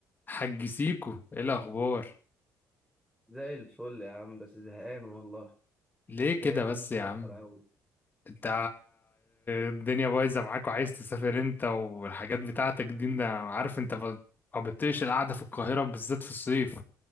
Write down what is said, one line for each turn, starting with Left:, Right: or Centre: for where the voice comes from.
Left: حج سيكو ايه الاخبار
Centre: زي الفل يا عم بس زهقان والله
Left: ليه كده
Centre: جاي من
Left: بس
Centre: السفر
Left: يا عم
Centre: أوي
Left: انت الدنيا بايظه معاك وعايز تسافر انت والحاجات بتاعتك دي انا عارف انت ب- ما بتطيقش القعده في القاهره بالذات في الصيف